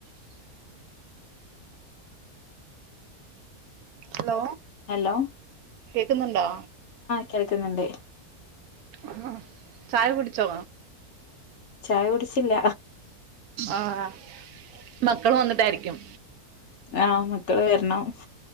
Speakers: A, on the right (about 75°); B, on the left (about 60°).
A: ഉം hello
B: hello
A: കേക്കുന്നുണ്ടോ
B: കേൾക്ന്ന്ണ്ട്
A: ആഹ് ചായ കുടിച്ചോ
B: ചായ കുടിച്ചില്ല
A: ആഹ് മക്കള് വന്നിട്ടാരിക്കും
B: ആഹ് മക്കള് വരണം